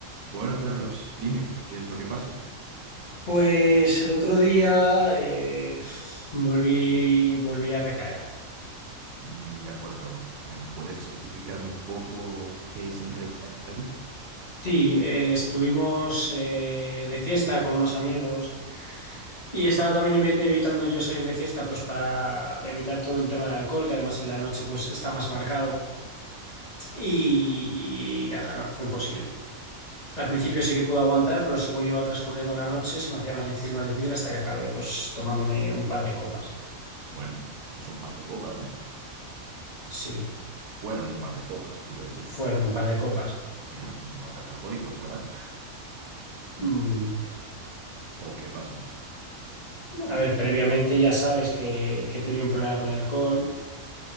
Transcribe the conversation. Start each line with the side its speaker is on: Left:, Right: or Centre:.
Right: Bueno, Carlos, dime, ¿qué es lo que pasa?
Left: Pues el otro día eh, volví, volví a recaer.
Right: Mm, De acuerdo, eh, ¿puedes especificarme un poco qué es recrear para ti?
Left: Sí, eh, estuvimos eh, de fiesta con unos amigos y estaba también evi- evitando yo salir de fiesta pues para evitar todo el tema del alcohol, que además en la noche pues está más marcado y, y nada, no, fue imposible. Al principio sí que pude aguantar, pero según iba transcurriendo la noche se me hacía más difícil, más difícil hasta que acabé pues tomándome un par de copas.
Right: Bueno, es un par de copas, ¿no?
Left: Sí,
Right: Fueron un par de copas, quiero decir.
Left: fueron un par de copas.
Right: Bueno, eso no te hace alcohólico, chaval.
Left: Mm,
Right: ¿O qué pasó?
Left: A ver, previamente ya sabes que, que tenía un problema con el alcohol